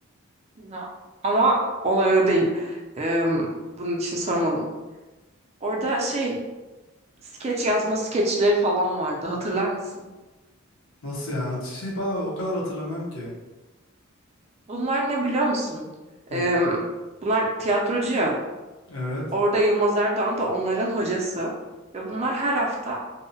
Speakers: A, on the right (about 30°); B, on the left (about 70°).
A: Ya. Ama olay o değil. Ee, bunun için sormadım. Orada şey skeç yazma skeçleri falan vardı. Hatırlar mısın?
B: Nasıl yani? Atışı ben o kadar hatırlamıyorum ki.
A: Bunlar ne biliyor musun?
B: Hı.
A: Ee, bunlar tiyatrocu ya.
B: Evet.
A: Orada Yılmaz Erdoğan da onların hocası. Ve bunlar her hafta